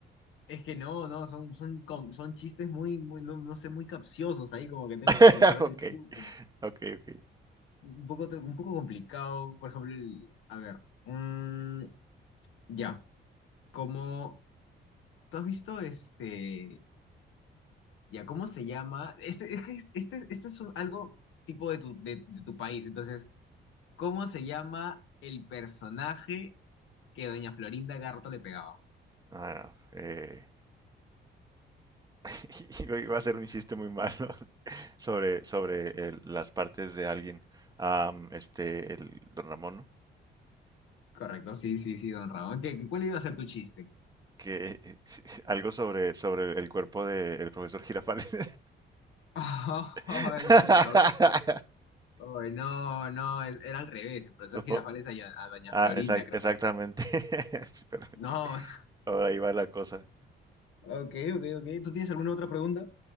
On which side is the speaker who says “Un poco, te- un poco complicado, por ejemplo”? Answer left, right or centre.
Left